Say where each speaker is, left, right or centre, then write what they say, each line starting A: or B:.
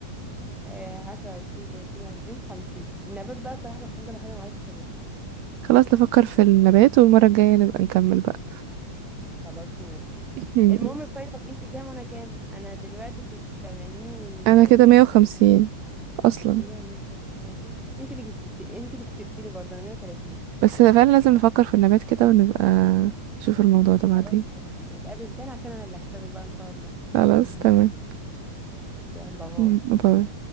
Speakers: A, in the centre; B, on the right.
A: آه، عشرة عشرين تلاتين أربعين خمسين النبات بقى صراحة الحاجة الوحيدة معرفتش أجيبها
B: خلاص نفكر في النبات والمرة الجاية نبقى نكمل بقى
A: خلاص ماشي
B: <laughs> ماشي.
A: المهم الفاينل انت كام وانا كام انا دلوقتي كنت 80
B: انا كده مية
A: 90
B: وخمسين اصلا
A: 100 120 انت اللي كسبتي انت اللي كسبتيني برضه انا 130
B: بس فعلا لازم نفكر في النبات كده ونبقى نشوف الموضوع ده بعدين
A: خلاص ماشي نتقابل تاني عشان انا اللي هكسبك بقى ان شاء الله
B: خلاص
A: <laughs>
B: تمام
A: يلا باي
B: مم. باي